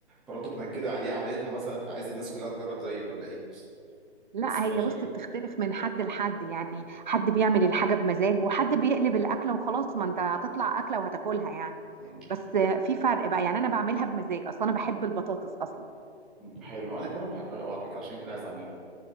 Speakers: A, in the centre; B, on the right (about 45°).
A: مراته بتنكد عليه عملتها مثلا فعايز الناس كلها تجرب زيه ولا ايه
B: لا
A: بس ماشي
B: هي بص
A: يا جدع.
B: بتختلف من حد لحد يعني حد بيعمل الحاجة بمزاج وحد بيقلب الأكلة وخلاص ما انت هتطلع أكلة وهتاكلها يعني
A: مم.
B: بس في فرق بقى يعني أنا بعملها بمزاج أصلا أنا بحب البطاطس أصلا
A: حلو انا كمان بحبها قوي على فكره عشان كده عايز اعملها